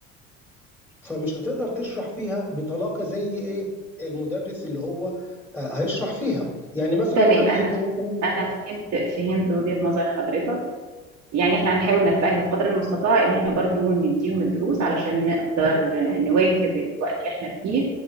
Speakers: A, in the centre; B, on the right.
A: فمش هتقدر تشرح فيها بطلاقه زي ايه المدرس اللي هو آه، هيشرح فيها يعني مثلا
B: تمام
A: انا
B: انا
A: ابني مثلا
B: انا فهمت فهمت وجهة نظر حضرتك يعني احنا هنحاول نجتهد قدر المستطاع ان احنا برضو نديهم الدروس علشان نقدر نواكب الوقت اللي احنا فيه